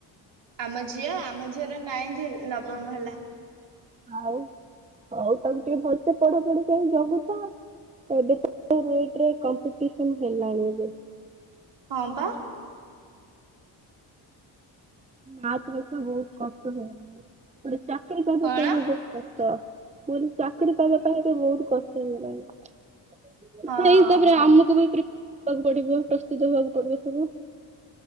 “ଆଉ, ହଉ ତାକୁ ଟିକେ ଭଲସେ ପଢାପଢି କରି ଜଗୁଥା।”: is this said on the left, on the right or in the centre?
Right